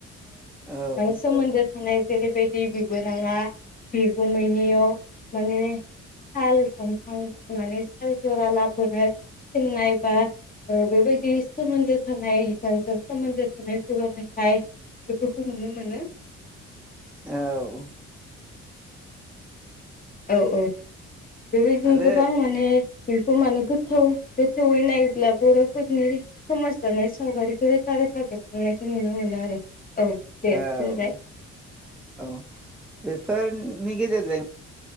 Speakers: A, in the centre; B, on the left.
A: औ
B: ओ सोमोन्दो थानाय। जेरैबायदि बिबोनाङा बिगुमैनियाव माने साल दंफां माने साल जरा लाबोनो थिननाय बा ओ बेबायदि सोमोन्दो थानाय। हिसानजों सोमोन्दो थानाय खुगा मेथाइ बेफोरखौ नुनो मोनो।
A: औ।
B: औ औ। बेबायदिनो
A: आरो
B: गोबां माने बेखौ माने गोथौ, गोथौयै नायोब्ला बर'फोरनि समाज जानाय सावगारिखौ रोखा रोखा बेरखांनायखो नुनो मोनो आरो। औ दे
A: औ
B: बुंलाय
A: औ बे। फोरनि गेजेरजों